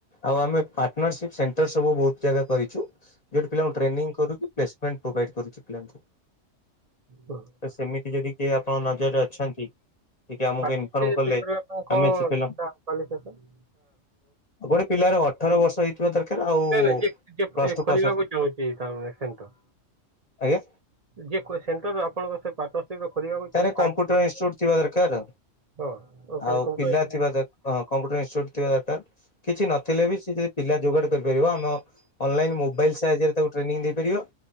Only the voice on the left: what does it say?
ଆଉ ଆମେ ପାର୍ଟନର ସିପ୍ ସେଣ୍ଟର ସବୁ ବହୁତ ଜାଗା କରିଛୁ। ଯୋଉଠି ପିଲାଙ୍କୁ ଟ୍ରେନିଂ କରିକି ପ୍ଲେସମେଣ୍ଟ ପ୍ରୋଭାଇଡ କରୁଛି ପିଲାଙ୍କୁ।
ତ ସେମିତି ଯଦି କିଏ ଆପଣ ନଜରରେ ଅଛନ୍ତି। ଟିକେ ଆମକୁ
ଇନଫର୍ମ
କଲେ
ଆମେ
ସେ ପିଲା
ଗୋଟେ ପିଲାର ଅଠର ବର୍ଷ ହେଇଥିବା ଦରକାର ଆଉ।
ପ୍ଲସ
ଟୁ
ପାସ୍ ଆଉଟ୍
ଆଜ୍ଞା
ତାରେ କମ୍ପ୍ୟୁଟର
ଇନ୍ସଟ୍ୟୂଟ୍ ଥିବା ଦରକାର
ଆଉ
ପିଲା ଥିବା ଦର ହଁ କମ୍ପ୍ୟୁଟର ଇନ୍ସଟ୍ୟୁଟ ଥିବା ଦରକାର କିଛି ନଥିଲେ ବି ସିଏ ଯଦି ପିଲା ଯୋଗାଡ କରିପାରିବ ଆମ। ଅନଲାଇନ୍ ମୋବାଇଲ ସାହାଯ୍ୟରେ ତାକୁ ଟ୍ରେନିଂ ଦେଇପାରିବ।